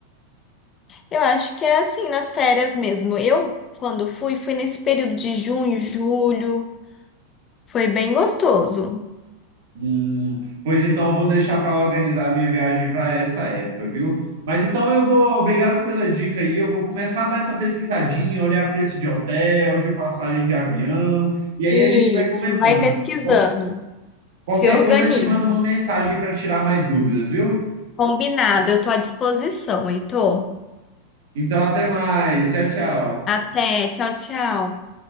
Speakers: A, on the left; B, on the right.
A: Eu acho que é assim, nas férias mesmo. Eu, quando fui, fui nesse período de junho, julho. Foi bem gostoso.
B: Hum, pois então eu vou deixar para organizar minha viagem para essa época, viu? Mas então eu vou, obrigado pela dica aí. Eu vou começar a dar essa pesquisadinha, olhar preço de hotel, de passagem de avião, e aí
A: Isso,
B: a gente vai conversando.
A: vai pesquisando.
B: Qual- Qualquer
A: Se organiza.
B: coisa eu te mando uma mensagem para tirar mais dúvidas, viu?
A: Combinado, eu tô à disposição, Heitor.
B: Então até mais. Tchau, tchau.
A: Até, tchau, tchau.